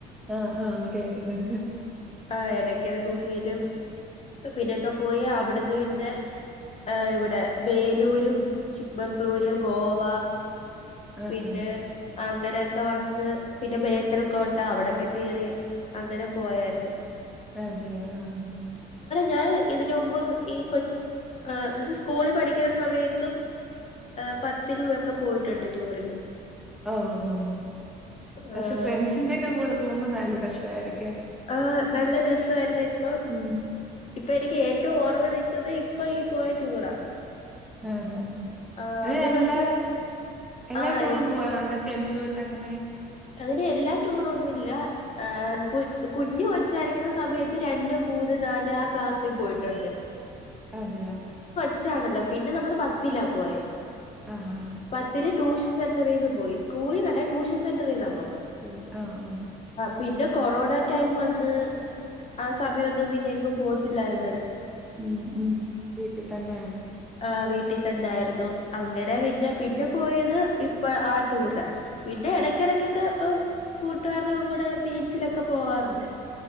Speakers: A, in the centre; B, on the left.
A: ആഹ് ആഹ് കേട്ട് കേട്ട്ണ്.
B: ആഹ് എടക്കൽ ഗുഹയിലും പിന്നൊക്കെ പോയി അവട്ന്ന് പിന്നെ ഏഹ് ഇവടെ ബേലൂരും ചിക്മംഗ്ളൂരും ഗോവ
A: ആഹ്
B: പിന്നെ അങ്ങനെ ക്കെ വന്ന് പിന്നെ ബേക്കർ കോട്ട അവടെക്കെ കേറി അങ്ങനെ പോയായ്ര്ന്നു.
A: അതെയോ ആഹ്
B: ഞാൻ ഇതിന് മുമ്പും ഈ കൊച്ച് എന്ന ച്ച് സ്കൂളി പഠിക്ക്ന്ന സമയത്തും പത്തിലൊക്കെ പോയിട്ട്ണ്ട് ടൂറിന്
A: ഓഹ് ഓഹ് പക്ഷെ
B: ആഹ്
A: ഫ്രണ്ട്സിന്റെ ക്കെ കൂടെ പോവുമ്പോ നല്ല രസായിരി
B: ആഹ് നല്ല രസവായിരുന്നു ഇപ്പം
A: ഉം
B: ഇപ്പം എനിക്ക് ഏറ്റും ഓർമ്മ നിക്കുന്നത് ഇപ്പൊ ഈ പോയ ടൂറാ
A: ആതെ <unintelligible>
B: ആഹ് അത്
A: എല്ലാ
B: പക്ഷെ
A: എല്ലാ
B: ആഹ്
A: ടൂറും പോവാറുണ്ടോ ടെൻത് തൊ ട്ടങ്ങനെ
B: അങ്ങനെ എല്ലാ ടൂറോന്നുല്ല കു കുഞ്ഞ് കൊച്ചായിരിക്കുന്ന സമയത്ത് രണ്ട്, മൂ മൂന്ന്, നാല് ആ ക്ലാസ്സി പോയിട്ടുണ്ട്.
A: അതെയാ
B: കൊച്ചണല്ലോ പിന്നെ നമ്മള് പത്തിലാ പോയെ
A: ആഹ് ഹാ
B: പത്തില് ട്യൂഷൻ സെൻറ്ററിന്ന് പോയി സ്കൂളിന്നല്ല ട്യൂഷൻ സെൻറ്ററിന്ന
A: ട്യൂഷ് ആഹ് ആഹ്
B: പിന്നെ കൊറോണ ടൈം വന്ന് ആ സമയൊന്നും പിന്നെ എങ്ങും പോകത്തില്ലാര്
A: ഉം ഉം വീട്ടി തന്നെ
B: ആഹ് വീട്ടിൽ തന്നെ ആയിരുന്നു അങ്ങനെ പിന്നെ പിന്നെ പോയത് ഇപ്പ ആ ടൂറിനാ പി പിന്നെ എടക്കെടക്കൊക്കെ ഇപ്പോ കൂട്ടുകാരുടെ കൂടെ ബീച്ചിലൊക്കെ പോവാറുണ്ട്